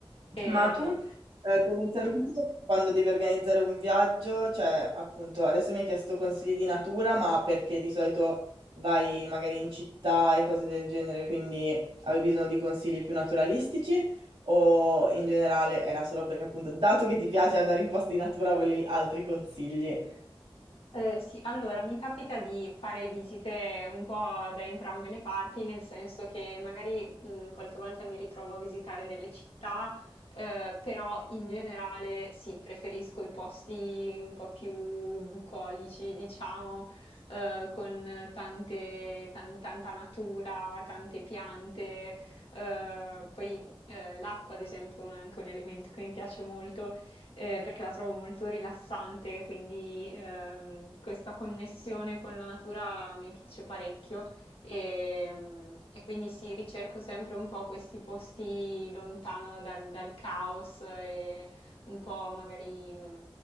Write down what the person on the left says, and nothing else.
Ehm,
Eh, sì, allora mi capita di fare visite un po' da entrambe le parti, nel senso che magari mh, qualche volta mi ritrovo a visitare delle città, eh, però in generale sì, preferisco i posti un po' più bucolici, diciamo, eh, con tante, tan- tanta natura, tante piante, eh, poi eh, l'acqua, ad esempio, è un- anche un elemento che mi piace molto eh, perché la trovo molto rilassante, quindi ehm, questa connessione con la natura mi piace parecchio. E, mm, e quindi sì, ricerco sempre un po' questi posti lontano dal, dal caos e un po' magari mm,